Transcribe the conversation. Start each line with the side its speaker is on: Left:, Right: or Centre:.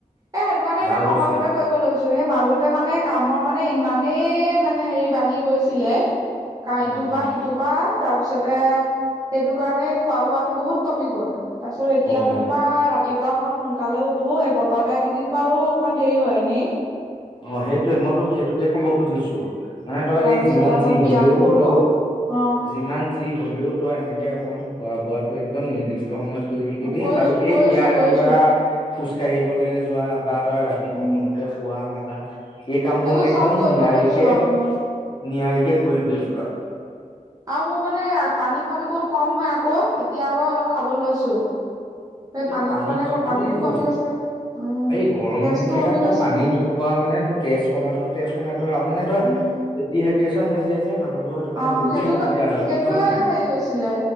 Right: এ সেইটো কাৰণে এতিয়া
Left: ভাল
Right: সময়মতে
Left: হৈছে
Right: কৰিব লৈছো সেই মাজতে মানে কামৰ মানে ইমানেই মানে হেৰি বাঢ়ি গৈছিলে কাৰ
Left: অ',
Right: ইটোৰ পা সিটো পা তাৰপিছতে সেইটো কাৰণে খোৱা বোৱাটো বহুত কমি গ'ল তাৰ পিছত এতিয়া
Left: অ',
Right: যেনিবা ৰাতিপুৱা অকনমান সোনকালেও উঠো এই বতৰ বেয়া কেইদিন বাৰো অকমান দেৰি হয়, এনে
Left: অ', সেইটোয়ে মইতো সেইটোকে কব খুজিছো মানে তই
Right: তাৰ
Left: এই
Right: পিছতে
Left: যিমান
Right: অকমান
Left: যি হ'লেও
Right: ব্যায়ামো কৰো
Left: তো
Right: অ
Left: যিমান যি হ'লেও তই এনেকে অকমান খোৱা বোৱাটো একদম নিৰ্দিষ্ট সময়ত কৰি থাকিবি
Right: কৰিছো
Left: আৰু এই
Right: কৰিছো
Left: ব্যায়াম
Right: কৰিছো
Left: কৰা খোজ কাঢ়িবলৈ যোৱা বা তই ৰাতি সময়মতে
Right: উম
Left: শুৱা মেলা এই কামবোৰ
Right: এইবোৰ
Left: মানে
Right: চব
Left: একদম
Right: কৰিব
Left: নিয়াৰিকে
Right: লৈছো আৰু অ
Left: নিয়াৰিকে কৰিবি এইবোৰ কাম
Right: আৰু মোৰ মানে পানী খোৱাতো বহুত কম হয় আকৌ এতিয়া বাৰু অলপ খাব লৈছো এই পানীটো
Left: পানী
Right: মানে
Left: খাবই
Right: পানীটো
Left: লাগিব
Right: কমি গৈছে, উম
Left: এই গৰম
Right: তেজটো
Left: দিন কেইটাত
Right: কমি
Left: তই
Right: গৈছিলে।
Left: পানী নোখোৱা মানে টোৰ তেজ কমাটো তেজ কমা আৰু মানে তই
Right: উম
Left: ডিহাইড্ৰেচনত মানুহবোৰৰ সেইটো কাৰণে
Right: অ
Left: বহুত
Right: সেইটো
Left: অসুবিধা হয়
Right: সেইটোয়ে
Left: গম পাও নাই,
Right: হেৰি হৈছিলে।